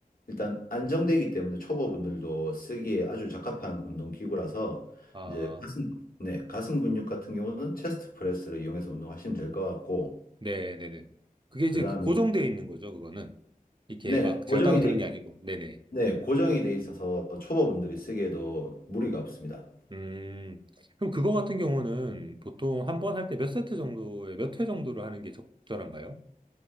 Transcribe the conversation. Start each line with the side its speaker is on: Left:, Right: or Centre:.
Left: 일단 안정되기 때문에 초보분들도 쓰기에 아주 적합한 운동 기구라서
Right: 아,
Left: 이제 가슴, 네, 가슴 근육 같은 경우는 체스트 프레스를 이용해서 운동하시면 될 것 같고,
Right: 네네네. 그게
Left: 그
Right: 이제
Left: 다음에,
Right: 그 고정되어 있는 거죠, 그거는. 이렇게
Left: 네,
Right: 막
Left: 고정이
Right: 제가 따로
Left: 돼,
Right: 드는
Left: 있-
Right: 게 아니고. 네네.
Left: 네, 고정이 돼 있어서 초보분들이 쓰기에도 무리가 없습니다.
Right: 음, 그럼 그거 같은 경우는 보통 한 번 할 때 몇 세트 정도에 몇 회 정도를 하는 게 적절한가요?